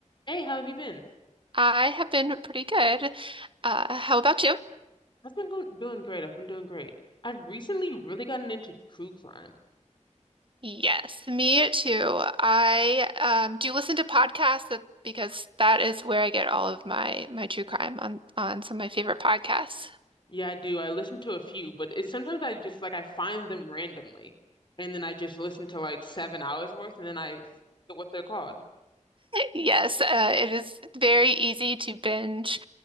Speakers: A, on the left; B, on the right.
A: Hey, how have you been?
B: I have been pretty good. Uh, how about you?
A: I've been going, doing great. I've been doing great. I've recently really gotten into true crime.
B: Yes, me too. I um, do listen to podcasts that, because that is where I get all of my my true crime on on some of my favorite podcasts. <laughs>
A: Yeah, I do. I listen to a few, but it's sometimes I just like I find them randomly, and then I just listen to like seven hours worth, and then I forget what they're called.
B: Yes, uh, it is very easy to binge